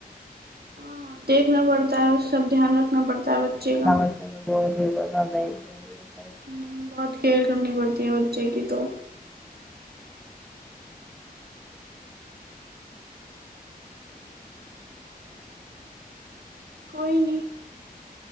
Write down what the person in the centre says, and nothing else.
छोट
बच्चा का बहुत जे ब नहि